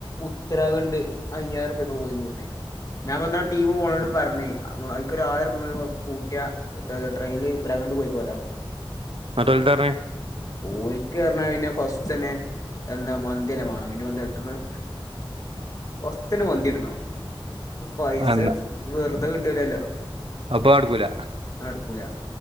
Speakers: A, on the left; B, on the right.
A: ഉത്തരാഖണ്ഡ് അയ്യായിർപയക്ക് പോയിരുന്നേ ഞാൻ പറഞ്ഞു ആ ടീം പോക്ണോണ്ട്പറഞ്ഞ് അയ്ക്ക് ഒരായിരംഉർപ്യകൂടി കൂട്ടിയ ട്രെയിനിൽ ഉത്തരാഖണ്ഡ് പോയി പോരാന്ന്
B: എന്നിട്ടോരെന്താ പറഞ്ഞ്
A: ഓരിക്കാറഞ്ഞാ പിന്നെ ഫസ്റ്റ് തന്നെ എന്താ മന്തിന്നെ വാണം പിന്നെ <unintelligible> ഒസ്ത്തിന മന്തിടണം പൈസ
B: എന്നാ
A: വെറുതെ കി കിട്ടുലല്ലോ
B: അപ്പൊ നടക്കൂല
A: നടുക്കൂല